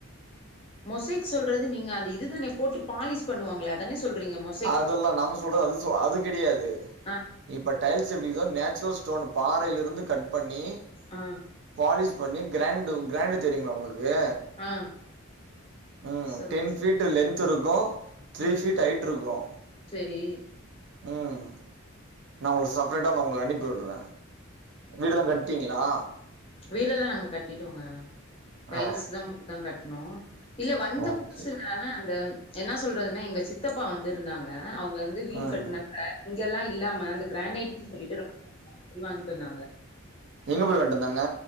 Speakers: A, on the left; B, on the right.
A: மொசைக் சொல்றது நீங்க அது இதுதானே போட்டு பாலிஷ் பண்ணுவாங்களே அதானே சொல்றீங்க மொ
B: அதுல்லா நாங்க சொல்றது அது சொ அது கெடையாது
A: ஆ
B: இப்ப டைல்ஸ் எப்டிகிதோ நேச்சுரல் ஸ்டோனு பாறைலருந்து கட் பண்ணி
A: ஆ
B: பாலிஷ் பண்ணி கிராண்டு உ கிராண்டு தெரியுங்ளா உங்களுக்கு
A: ஆ
B: ம்
A: சொல்லுங்க
B: டென்
A: சொல்லுங்க
B: ஃபீட்டு லென்திருக்கு த்ரீ
A: ம்
B: ஃபீட் ஹைட்ருக்கு
A: செரி
B: ம் நா உங்களுக் சபரேட்டா நா உங்களுக்க அனுப்பி வுடற வீடுல்லா கட்டீங்ளா
A: வீடெல்லா நாங்க கட்டிட்டோங்க. டைல்ஸ்தா
B: ஆ
A: போட்தா கட்ணோ இல்ல வந்த
B: ஓகே
A: புதுசுல அந்த என்னா சொல்றதுன்னா எங்க சித்தப்பா வந்திருந்தாங்க அவுங் வந் து வீடு
B: ம்
A: கட்னப்ப இங்கெல்லா இல்லாம அந்த கிரானைட்டுனு சொல்லிட்டு <unintelligible> வாங்கிட் வந்தாங்க
B: எங்க போய் வாய்ன்டந்தாங்க